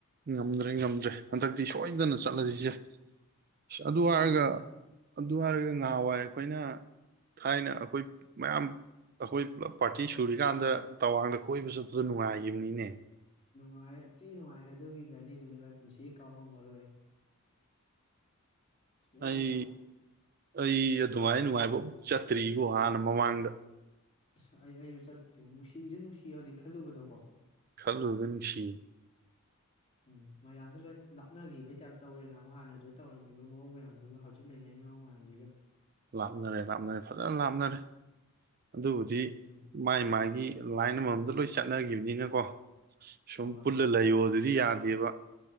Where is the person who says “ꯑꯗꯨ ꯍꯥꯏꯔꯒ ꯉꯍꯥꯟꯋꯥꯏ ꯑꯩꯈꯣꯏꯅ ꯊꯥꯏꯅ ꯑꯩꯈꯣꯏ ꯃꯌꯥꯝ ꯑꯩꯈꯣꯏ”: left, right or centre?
Right